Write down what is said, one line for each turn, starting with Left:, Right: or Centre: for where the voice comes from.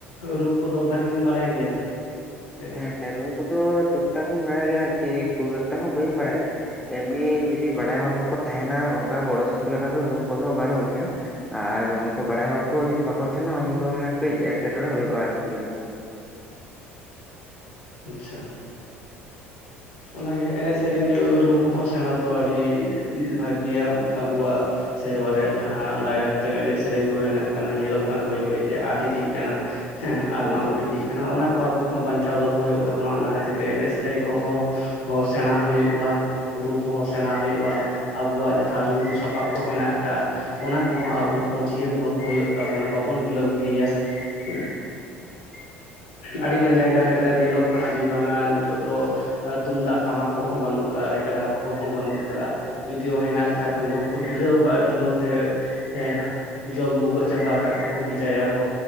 Left: ᱨᱩ ᱠᱚᱫᱚ ᱵᱷᱟᱜᱮ ᱜᱮᱢ ᱵᱟᱰᱟᱭ ᱜᱮᱭᱟ᱾ ᱥᱮ
Centre: ᱦᱮᱸ ᱨᱩ ᱠᱚᱫᱚ ᱴᱩᱠ ᱴᱟᱠ ᱤᱧ ᱵᱟᱰᱟᱭᱟ ᱟᱨᱠᱤ ᱠᱷᱩᱵ ᱮᱠᱴᱟ ᱦᱚᱸ ᱵᱟᱹᱧ ᱵᱟᱲᱟᱭᱟ᱾ ᱮᱢᱱᱤ ᱡᱩᱫᱤ ᱵᱟᱰᱟᱭ ᱦᱚᱲ ᱠᱚᱠᱚ ᱛᱟᱦᱮᱱᱟ ᱚᱱᱠᱟ ᱜᱚᱲᱚ ᱥᱚᱯᱚᱦᱚᱫ ᱞᱮᱠᱟ ᱫᱚ ᱨᱩ ᱠᱚᱫᱚ ᱜᱟᱱᱚᱜ ᱜᱮᱭᱟ᱾ ᱟᱨ ᱩᱱᱠᱩ ᱵᱟᱲᱟᱭ ᱦᱚᱲ ᱠᱚ ᱡᱩᱫᱤ ᱵᱟᱠᱚ ᱛᱟᱦᱮᱱᱟ ᱩᱱ ᱫᱚ ᱢᱟᱱᱮ ᱠᱟᱹᱡ ᱮᱴᱠᱮᱴᱚᱬᱮ ᱦᱩᱭᱩᱜᱼᱟ ᱟᱨᱠᱤ ᱦᱳᱭ
Left: ᱟᱪᱪᱷᱟ ᱚᱱᱟᱜᱮ ᱮᱱᱮᱡ ᱥᱮᱨᱮᱧ ᱨᱩ ᱠᱚᱦᱚᱸ ᱥᱮᱬᱟ ᱫᱚ ᱟᱹᱰᱤ ᱵᱷᱟᱹᱜᱤᱭᱟ ᱟᱵᱚᱣᱟᱜ ᱥᱮᱨᱣᱟ ᱨᱮᱭᱟᱜ ᱡᱟᱦᱟᱸ ᱞᱟᱭᱼᱞᱟᱠᱪᱟᱨ ᱮᱱᱮᱡ ᱥᱮᱨᱮᱧ ᱠᱚᱸ ᱦᱮᱱᱟᱜ ᱠᱟᱱᱟ ᱧᱮᱞᱚᱜ ᱠᱟᱱᱟ ᱵᱟᱹᱭ ᱵᱟᱹᱭᱛᱮ ᱟᱫ ᱤᱫᱤᱜ ᱠᱟᱱᱟ᱾ ᱦᱮᱸ ᱟᱫ
Centre: ᱦᱳᱭ
Left: ᱢᱟᱞᱚᱴ
Centre: ᱦᱳᱭ
Left: ᱤᱫᱤᱜ ᱠᱟᱱᱟ ᱚᱱᱟ ᱠᱚ ᱟᱵᱚ ᱦᱚᱸ ᱵᱟᱧᱪᱟᱣ ᱫᱚᱦᱚ ᱦᱩᱭᱩᱜ ᱛᱟᱵᱚᱱᱟ ᱚᱱᱟ ᱠᱷᱟᱹᱛᱤᱨ ᱛᱮ ᱮᱱᱮᱡ ᱥᱮᱨᱮᱧ ᱠᱚᱦᱚᱸ ᱚ ᱥᱮᱬᱟ ᱦᱩᱭᱩᱜᱼᱟ᱾ ᱨᱩ ᱠᱚᱦᱚᱸ ᱥᱮᱬᱟ ᱦᱩᱭᱩᱜᱼᱟ ᱟᱵᱚᱣᱟᱜ ᱡᱟᱦᱟᱸ ᱨᱩ ᱨᱩ ᱥᱟᱯᱟᱵ ᱠᱚ ᱦᱮᱱᱟᱜ ᱠᱟᱜᱼ ᱟ᱾ ᱚᱱᱟ ᱠᱚᱦᱚᱸ ᱟᱵᱚ ᱦᱚᱸ ᱡᱤᱭᱟᱹᱲ ᱫᱚᱦᱚ ᱦᱩᱭᱩᱜ ᱛᱟᱵᱚᱱᱟ ᱵᱟᱵᱚᱱ ᱰᱷᱤᱞᱟᱹᱣ ᱜᱤᱲᱤᱭᱟ ᱦᱩᱸ᱾
Centre: <inaudible>
Left: ᱟᱹᱰᱤᱜᱟᱱ ᱡᱟᱭᱜᱟ ᱨᱮ ᱧᱮᱞᱚᱜ ᱠᱟᱱᱟ ᱡᱮ ᱵᱟᱝᱼᱟ ᱱᱤᱛᱳᱜ ᱫᱚ ᱛᱩᱢᱫᱟᱜ ᱴᱟᱢᱟᱠ ᱠᱚᱦᱚᱸ ᱵᱟᱹᱱᱩᱜ ᱠᱟᱜᱼᱟ ᱨᱮᱜᱽᱲᱟ ᱠᱟ ᱦᱚᱸ ᱵᱟᱹᱱᱩᱜ ᱠᱟᱜᱼᱟ᱾ ᱡᱩᱫᱤ ᱚ ᱦᱮᱱᱟᱜ ᱠᱷᱟᱜ ᱠᱷᱟᱱ ᱫᱚ ᱰᱷᱤᱞᱟᱹᱣ ᱠᱟᱜᱼᱟ ᱰᱷᱤᱞᱟᱹᱣ ᱛᱮ ᱦᱮᱸ ᱡᱚᱢ ᱵᱷᱩᱜᱟᱹᱜ ᱪᱟᱵᱟ ᱠᱟᱜ ᱟᱠᱚ ᱦᱩᱛᱤ ᱪᱟᱭᱟᱠᱚ